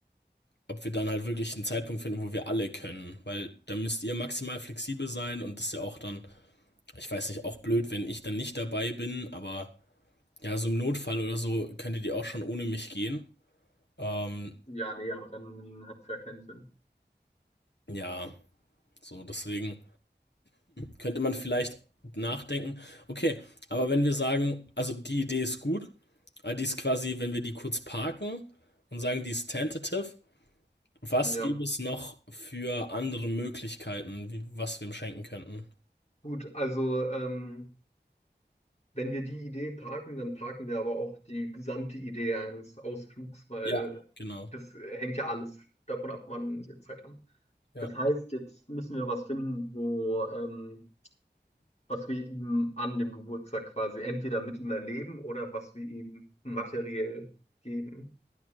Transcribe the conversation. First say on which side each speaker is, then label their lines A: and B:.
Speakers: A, on the left; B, on the left.
A: ob wir dann halt wirklich einen Zeitpunkt finden, wo wir alle können. Weil da müsst ihr maximal flexibel sein und das ist ja auch dann, ich weiß nicht, auch blöd, wenn ich dann nicht dabei bin, aber Ja, so im Notfall oder so könntet ihr auch schon ohne mich gehen. Ähm,
B: Ja, nee, aber dann hat es ja keinen Sinn.
A: ja, so deswegen könnte man vielleicht nachdenken. Okay, aber wenn wir sagen, also die Idee ist gut, aber die ist quasi, wenn wir die kurz parken und sagen, die ist tentative, was
B: Ja,
A: gibt es noch für andere Möglichkeiten, wie, was wir ihm schenken könnten?
B: gut, also ähm, wenn wir die Idee parken, dann parken wir aber auch die gesamte Idee eines Ausflugs, weil
A: Ja, genau.
B: das hängt ja alles davon ab, wann wir Zeit haben.
A: Ja,
B: Das heißt, jetzt müssen wir was finden, wo ähm, was wir ihm an dem Geburtstag quasi entweder mit ihm erleben oder was wir ihm materiell geben.